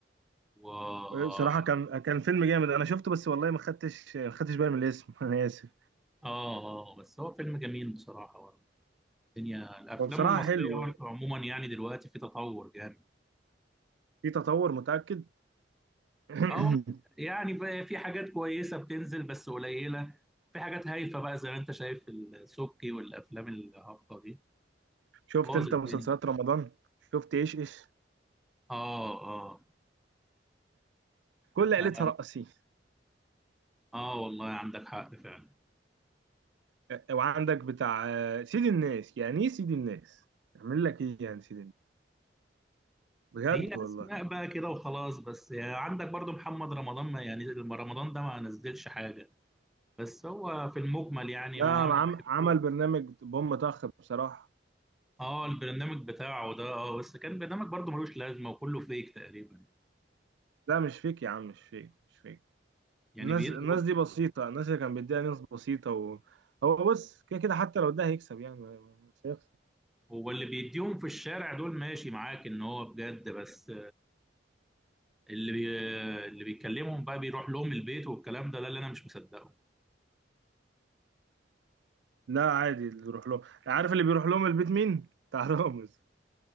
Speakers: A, in the centre; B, on the right.
A: و اه
B: صراحه كان كان فيلم جامد انا شفته بس والله ما خدتش ما خدتش بالي من الاسم <laughs> انا اسف
A: آه، آه، بس هو فيلم جميل بصراحة برضه الدنيا الافلام
B: هو بصراحه
A: المصرية
B: حلو
A: برضه عموما يعني دلوقتي في تطور جامد
B: في تطور متاكد <clears throat>
A: اه يعني بقى في حاجات كويسة بتنزل بس قليلة في حاجات هايفة بقى زي ما انت شايف السبكي والافلام الهابطة دي
B: شفت
A: بوظ
B: انت
A: الدنيا
B: مسلسلات رمضان شفت ايش ايش
A: اه اه
B: كل
A: أنت
B: عيلتها
A: عندك-
B: رقصين
A: اه والله عندك حق فعلا
B: وعندك بتاع آه، سيد الناس يعني ايه سيد الناس اعمل لك ايه يعني سيد الناس بجد
A: هي
B: والله
A: اسماء بقى كده وخلاص بس يعني عندك برضو محمد رمضان ما يعني رمضان ده ما نزلش حاجه بس هو في المجمل يعني
B: لا
A: ما
B: عم
A: انا ما بحبوش
B: عمل برنامج بوم طخ بصراحة
A: اه البرنامج بتاعه ده اه بس كان برنامج برضو ملوش لازمه وكله فيك تقريبا
B: لا مش فيك يا عم مش فيك مش فيك
A: يعني
B: الناس
A: بيدوا
B: الناس دي بسيطة الناس اللي كان بيديها ناس بسيطة و... هو بص كده كده حتى لو ده هيكسب يعني مش هيخسر
A: هو اللي بيديهم في الشارع دول ماشي معاك ان هو بجد بس اللي بي... اللي بيكلمهم بقى بيروح لهم البيت والكلام ده ده اللي انا مش مصدقه
B: لا عادي اللي يروح لهم عارف اللي بيروح لهم البيت مين بتاع <laughs> رامز